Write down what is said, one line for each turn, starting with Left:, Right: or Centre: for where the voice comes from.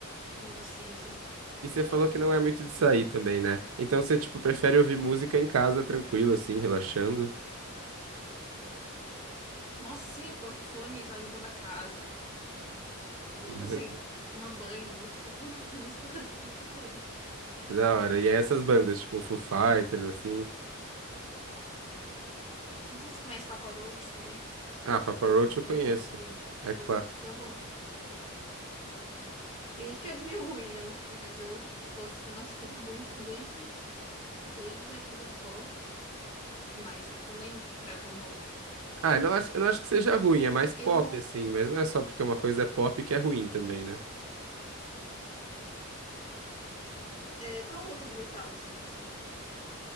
Left: me vicio, assim.
Right: E você falou que não é muito de sair também, né? Então você, tipo, prefere ouvir música em casa, tranquilo, assim, relaxando.
Left: Nossa, sim, eu coloco fone, sei lá, limpando a casa. Tudo,
Right: <laughs>
Left: assim. Tomar banho, eu escuto <laughs> música, tipo tudo.
Right: Da hora. E aí essas bandas, tipo, um Foo Fighters, assim.
Left: Não sei se você conhece Papa Roach também.
Right: Ah, Papa Roach eu
Left: Tem
Right: conheço.
Left: muita gente que.
Right: É
Left: Eu
Right: clássico.
Left: eu gosto. Tem gente que acha meio ruim, né? Mas mas eu gosto. Nossa, escuto muito, assim, desde, desde a época da escola. que mais? Se eu lembrar alguma outra.
Right: Ah, eu não acho, eu não acho que seja ruim, é mais pop,
Left: Eu.
Right: assim, mas não é só porque uma coisa é pop que é ruim também, né?
Left: é, qual outra de metal, assim, você